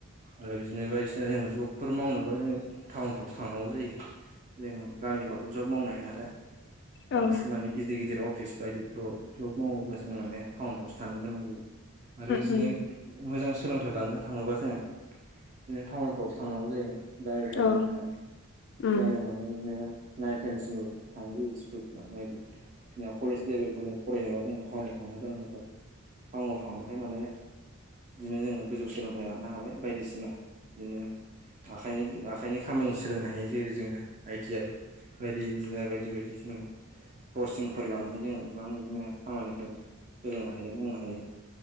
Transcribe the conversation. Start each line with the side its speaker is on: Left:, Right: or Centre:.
Right: आरो बिदिनो बायदिसिना जों जबफोर मावनोबा जोंङो। टाउनफ्रावसो थांनांगौ जायो जों गामिफ्रावथ' जब मावनो हाया नालाय
Left: औ
Right: बांसिन
Left: उम
Right: माने गिदिर गिदिर अफिस बायदिफ्राव जब मावोबा जों माने टाउनफ्रावसो थानो गोनां जायो। आरो इसेनो
Left: उम
Right: मोजां सोलोंथाइ लानो थांङोबा जोंङो बिदिनो टाउनफ्रावसो थांनांगौ जायो गामिफ्राव
Left: औ उम
Right: जोंङो
Left: उम
Right: गामियाव माने बिदिनो नाइन टेनसिमल' थां जायो स्कुल कलेज लेभेलखौ जों फरायनोबा जोंङो टाउनाव थांनो गोनां जाथार टाउनाव थांबाथाय माने बिदिनो जोंङो गोजौ सोलोंथाइ लानो हाबाय बायदिसिना बिदिनो आखाइनि आखायनि खामानि सोलोंनो हायो जेरै जोंङो आइटि आइ बायदि इन्जिनियार बायदि बायदि जोंङो कचिंफोर लानानै जोंङो गोबां बिदिनो खामानिफोर सोलोंनो हायो मावनो हायो।